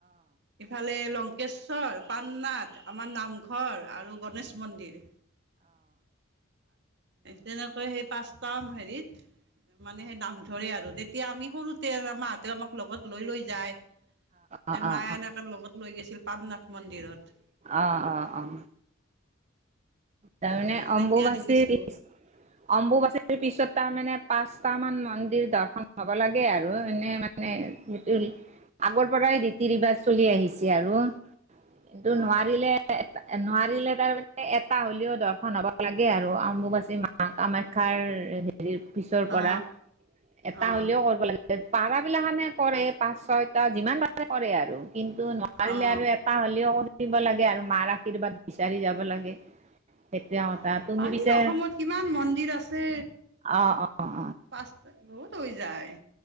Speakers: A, on the right; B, on the right.
A: ইফালে লংকেশ্বৰ পাননাথ, আমাৰ নামঘৰ আৰু গণেশ মন্দিৰ তেনেকৈ সেই পাঁচটা হেৰিত। মানে সেই নাম ধৰে আৰু তেতিয়া আমি সৰুতে মাহঁতে আমাক লগত লৈ লৈ যায়।
B: অ',
A: এ মায়া
B: অ', অ',
A: এনেকে লগত লৈ গৈছিল পামনাাথ মন্দিৰত।
B: অহ অ অ। তাৰমানে অম্বুবাচীৰ
A: তেতিয়া দেখিছো
B: অম্বুবাচীৰ পিছত তাৰমানানে। পাঁচটা মান মন্দিৰ দৰ্শন হব লাগে আৰু এনে মানে সেইটো। আগৰ পৰাই ৰীতি ৰিবাজ চলি আহিছে আৰু কিন্তু
A: অ
B: নোৱাৰিলে এ নোৱাৰিলে তাৰমানে এট- টা হ'লেও দৰ্শন হ'ব লাগে আৰু অম্বুবাচী মা কামাখ্যাৰ হেৰি পিছৰ পৰা
A: অ
B: এটা
A: অ
B: হ'লেও কৰিব লাগে পাৰা। বিলাকখানে কৰে পাঁচ ছয়টা যিমান পাৰে কৰে আৰু কিন্তু নোৱাৰিলে
A: অ
B: আৰু এটাহ হ'লেও কৰি দ লাগে আৰু মাৰ আশীৰ্বাদ বিচাৰি যাব লাগে। সেইটোৱে কথা
A: অ
B: তুমি
A: পাৰিবা,
B: পিছে
A: অসমত কিমান মন্দিৰ আছে।
B: অ', অ', অ',
A: পাঁচটা বহুত হৈ যায়।